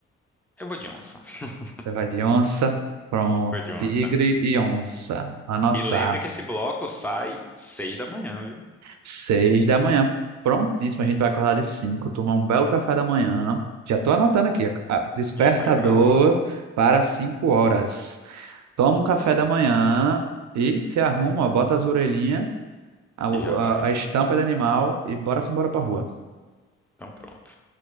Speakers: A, in the centre; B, on the right.
A: Eu vou de onça. <laughs>
B: Você vai de onça. Pronto.
A: Vou de onça.
B: Tigre e onça. Anotar.
A: E lembre que esse bloco sai seis da manhã, viu?
B: Seis da manhã. Prontíssimo, a gente vai acordar de cinco, tomar um belo café da manhã. Já estou anotando aqui, ah, despertador
A: E vai pra rua.
B: para cinco horas. Toma um café
A: Isso.
B: da manhã e se arruma, ó, bota as orelhinhas, a, a,
A: E já vai.
B: a estampa de animal e bora-se embora para rua.
A: Então pronto.